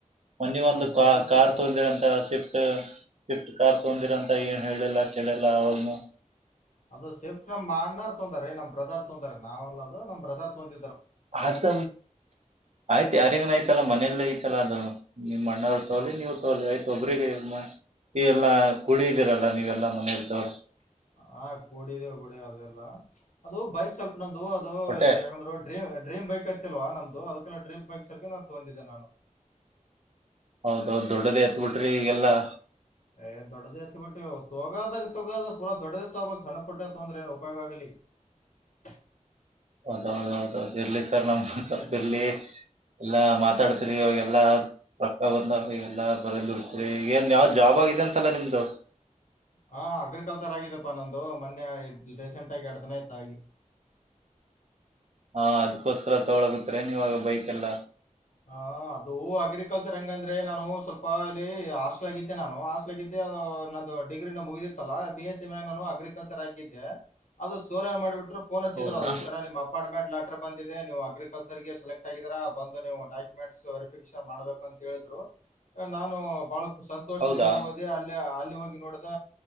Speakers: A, on the right; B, on the left.
A: ಮನಿ
B: ಏ
A: ಒಂದು
B: ವಜ್ಜೇನಿಲ್ರಿ
A: ಕ ಕಾರ್ ತಂದಿರಂತ ಸ್ವಿಫ್ಟ್ ಶಿಫ್ಟ್ ಕಾರ್ ತಂದಿರಂತ ಏನ್ ಹೇಳಿಲ್ಲ. ಕೆಲಲ್ಲ ಆವಾನ.
B: ಅದು ಶಫ್ ನಮ್ಮ ಅ್ಣರ್ ತೊಂತಾರೆ ನಮ್ ಬ್ರದರ್ ತೊಂತಾರೆ ನಾವಲ್ಲ ಅದು ನಮ್ಮ್್ರದರ್ ತೊಿದ.
A: ಅದ ಆಯ್ತು ಯಾರಿಗನ ಆಐ್ತಲ್ಲ ಮನೆಯಲ್ಲ ಐತಲ್ಲ ಅದು. ನಿಮ್ಮ್ ಅಣ್ಣ್ ತೋಲಿ
B: ಹೌದು
A: ನೀವು ತೋಲಿ ಆಯ್ತು ಒಬ್ಬ್ರಿಗೆ ಎಲ್ಲಾ ಕುಡಿದಿರಲ್ಲ ನೀವೆಲ್ಲಾ. ಮ್ದರ್ <inaudible> <unintelligible>
B: ಹ ಕೂಡಿಿದೆ ಕೂಡಿ ಅದೆಲ್ಲ ಅದು ಬೈಕ್ ಸ್ವಲ್ಪ. ನಂದುು ಅದು
A: ಹೊಟ್ಟೆ
B: ಯಾಕಂದ್ರ ್ರೀ ಡ್ರೀ್ ಬೈಕ್ ಐತಿ ಅಲ್ವಾ ನಮ್ದು ಅದಕ್ಕೆಲ್ಲ ಡ್ರೀ್ ಬೈಕ್. ಸರ್ಗ ತಗಂದಿದ್ದೆ ನಾನು.
A: ಹೌದ ದೊಡ್ಡದೇ ಎತ್ಬಿಟ್ರಿ ಈಗೆಲ್ಲಾ.
B: ಹ್ಮ. ದೊಡ್ಡದೇ ಹತ್ ಬಿಿಟ್ಟ ತಗೋದಾಗ ತೊಗೋ ಪೂಾ ದೊಡದ ತಗಕ್ ಸಣ್ಣ ಪುಟ್ಟ ತೊಂದ್ರ ಏನ್ ಉಪಯೋಗ ಆಗಲಿ. ಹ.
A: ಹೌದ ಹೌದ ಹೌದೌದು ಇರ್ಲಿ ಸರ್ ನಮ್ ಸ್ವಲ್ಪ
B: ಹ್ಮ್
A: ಇರ್ಲಿ ಎಲ್ಲಾ ಮಾತಾಡ್ತ. ರಿಯಾಗೆಲ್ಲ. ರೊಕ್ಕ ಬಂದವ ಎಲ್ಲ ಬರ ದುಡತರಿ ಏನ್ ಯಾವ್ದ್ ಜಾಬ್ ಆಗಿದೆ ಅಂತಲ್ಲ ನಿಮ್ದು.
B: ಹಾ ಅಗ್ರಿಕಲ್ಚರ್ ಆಗಿದಪ್ಪಾ ನಂದು ಮೊನ್ನೆ ರೀಸೆಂಟ್ ಆಗಿ ಎರಡ್ತನ ಇತ್ತ ಆಗಿ. ಹ <unintelligible>
A: ಹಾ ಅದಕೋಸ್ಕರ ತಗೊಳಗುತ್ತ್ರ ನೀವಾಗ ಬೈಕ್ ಎಲ್ಲ
B: ಹ ಅದು ಅಗ್ರಿಕಲ್ಚರ್ ಹಂಗಂದ್ರೆ ನಾನು ಸ್ವಲ್ಪ ಅಲ್ಲಿ ಹಾಸ್ಟ್ಲ್ ಆಗಿದ್ದೆ ನಾನು ಹಾಸ್ಟ್ಲ್ ಆಗಿದ್ದೆ ನಂದು ಡಿಗ್ರಿ ಮುಗತ್ತಾ ಬಿ ನಾನು ಅಗ್ರಿಕಲ್ಚರ್ ಹಾಕಿದ್ದೆ ಅದು ಸೋರ ಮಾಡಿಬಟ್ಟು ಫೋನ್ ಹಚ್ಚಿದ್ರು
A: ಹೌದಾ
B: ಅದು ಈ ತರ ನಿಮ್ ಅಪಾರ್ಟ್ಮೆಂಟ್ ಯಾಟರ್ ಬಂದಿದೆ ನೀವು ಅಗ್ರಿಕಲ್ಚರ್ಗೆ ಸೆಲೆಕ್ಟ್ ಆಗಿದರಾ ಬಂದು ನೀವು ಡಾಕ್ಯುಮೆಂಟ್ ವೆರಿಫಿಕೇಶನ್ ಮಾಡ್ಬೇಕು ಅಂತ ಹೇಳಿದ್ರು ನಾನು ಬಹಳ ಸಂತೋಷದಿಂದ
A: ಹೌದಾ
B: ಹಓದೆ ಅಲ್ಲಿ ಅಲ್ಲಿ ಹೋಗಿ ನೋಡಿದ